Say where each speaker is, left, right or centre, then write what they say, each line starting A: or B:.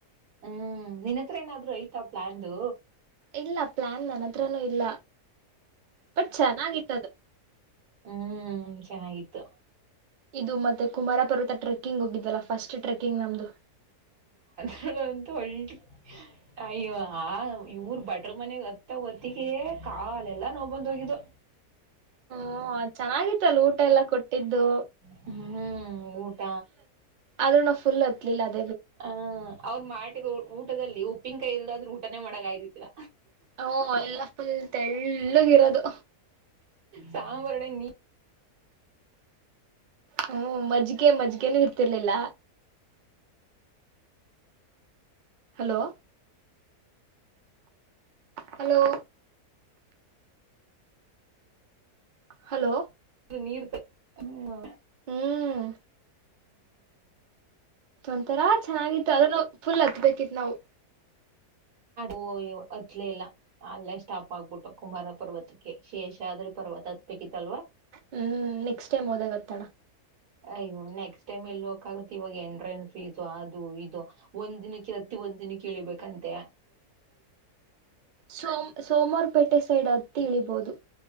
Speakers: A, on the right; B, on the right.
A: ಹ್ಮ್ಮ್ <unintelligible> ಮತ್ತೇನಾದ್ರೂ ಐತಾ ಪ್ಲಾನ್ <unintelligible>
B: ಇಲ್ಲ ಪ್ಲಾನ್ ನನ್ನ ಹತ್ರಾ ನು ಇಲ್ಲ. ಬಟ್ ಚೆನ್ನಾಗಿತ್ತ ಅದೂ
A: ಹೂಂ ಚೆನ್ನಾಗಿತ್ತು
B: ಇದು ಮತ್ತು ಕುಮಾರ ಪರ್ವತ ಟ್ರಕಿಂಗ್ ಹೋಗಿದ್ವಲ್ಲ ಫಸ್ಟ್ ಟ್ರಕ್ ಈ ನಮ್ದು
A: ಅದಂತು ಅಲ್ಟಿ ಅಯ್ಯೋ ಇವರು ಭಟ್ರು ಮನೆಗೆ ಅತ್ತು ಹೊತ್ತಿಗೆ ಕಾಲ್ ಎಲ್ಲ ನೋವು ಬಂದೋಗಿದ್ವು
B: ಹೂ ಚೆನ್ನಾಗಿತ್ತು ಅಲ್ಲಿ ಊಟ ಎಲ್ಲ ಕೊಟ್ಟಿ ಇದು
A: ಹೂ ಊಟ
B: ಆದ್ರೆ ನಾವ್ ಫುಲ್ ಹತ್ತಲಿಲ್ಲ ಅದು
A: ಆ ಅವ್ರ್ ಮಾಡಿರೋ ಊಟದಲ್ಲಿ ಉಪ್ಪಿನಕಾಯಿ ಇಲ್ಲಾಂದ್ರೆ ಊಟನೇ ಮಾಡಕ್ಕಾಗಿಲ್ಲ ಇಲ್ಲ
B: ಹೂ ಎಲ್ಲ ಫುಲ್ ತೆಳ್ಳಗಿರೋದು
A: ಸ್ಯಾಮ್ ವರಡೆಗೆ ನೀ
B: ಹೂ ಮಜ್ಜಿಗೆ ಮಜ್ಜಿಗೆನು ಇರ್ತಿರ್ಲಿಲ್ಲ ಹಲೋ ಹಲೋ ಹಲೋ
A: ನೀರು ನೀರ್ ಬೇ ಹೂ ಹೂಹೂ..
B: ಹ್ಮ್ ಅದೊಂಥರಾ ಚೆನ್ನಾಗಿತ್ತು ಆದ್ರೂ ನಾವ್ ಫುಲ್ ಹತ್ತಬೇಕಿತ್ತು ನಾವು
A: ಓ ಅಯ್ಯೋ ಹತ್ತಲೇ ಇಲ್ಲ ಅಲ್ಲೇ ಸ್ಟಾಪ್ ಆಗ್ಬಿಟ್ವಿ ಕುಮಾರ ಪರ್ವತಕ್ಕೆ ಶೇಷಾದ್ರಿ ಪರ್ವತ ಹತ್ತಬೇಕಿತ್ತಲ್ವಾ
B: ಹೂ ನೆಕ್ಸ್ಟ್ ಟೈಮ್ ಹೋದಾಗ ಅತ್ತಣ
A: ಅಯ್ಯೋ ನೆಕ್ಸ್ಟ್ ಟೈಮ್ ಎಲ್ಲಿ ಹೋಗಕ್ಕೆ ಆಗುತ್ತೆ ಇವಾಗ ಎಂಟ್ರೆನ್ಸ್ ಫೀಸ್ ಅದು ಇದು ಒಂದಿನಕ್ಕೆ ಇವತ್ತಿಗೆ ಒಂದಿನಕ್ಕೆ ಇಳಿಬೇಕಂತೆಯ
B: ಸೋಮ್ ಸೋಮ್ವಾರಪೇಟೆ ಸೈಡ್ ತಿಳಿಬಹುದು